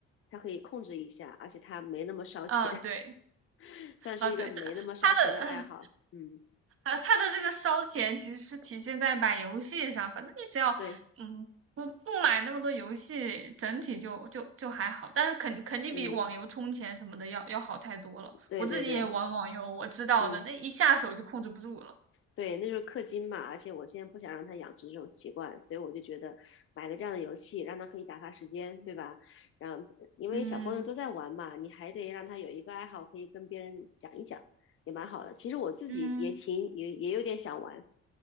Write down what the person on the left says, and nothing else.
他可以控制一下，而且他没那么烧钱，
<laughs> 算是一个没那么烧钱的爱好。
嗯，
对，
嗯，对对对，
嗯。
对，那就是氪金嘛，而且我现在不想让他养成这种习惯，所以我就觉得买个这样的游戏，让他可以打发时间，对吧？然后，因为小朋友都在玩嘛，
你还得让他有一个爱好，可以跟别人讲一讲，也蛮好的。其实我自己也挺也也有点想玩，